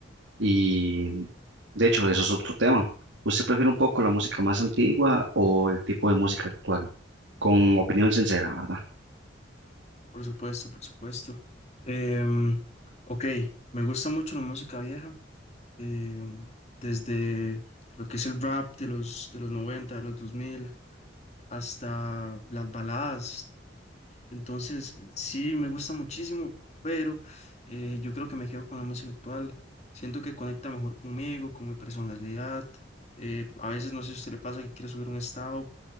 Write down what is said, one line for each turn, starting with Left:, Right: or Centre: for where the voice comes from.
Right: Y de hecho, eso es otro tema. ¿Usted prefiere un poco la música más antigua o el tipo de música actual? Con opinión sincera, ¿verdad?
Left: por supuesto, por supuesto. Em, ok, me gusta mucho la música vieja, em, desde lo que es el rap de los, de los 90 de los 2000 hasta las baladas. Entonces sí, me gusta muchísimo, pero eh, yo creo que me quedo con la música actual. Siento que conecta mejor conmigo, con mi personalidad. Eh, a veces no sé si a usted le pasa que quiere subir un estado,